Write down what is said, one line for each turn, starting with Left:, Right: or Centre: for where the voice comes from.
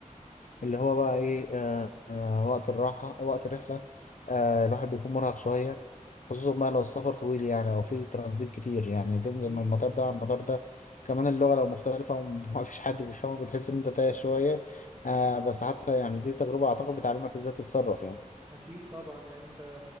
Left: اللي هو بقى ايه آه آه، وقت الراحة وقت الرحلة آه الواحد بيكون مرهق شوية خصوصا بقى لو السفر طويل يعني او في ترانزيت كتير يعني تنزل
Right: اكيد
Left: من المطار ده على المطار ده كمان اللغة لو مختلفة وما <laughs> فيش حد بيفهمك بتحس ان انت تايه شوية آه بس حتى يعني دي تجربة اعتقد بتعلمك ازاي تتصرف يعني
Right: اكيد طبعا يعني انت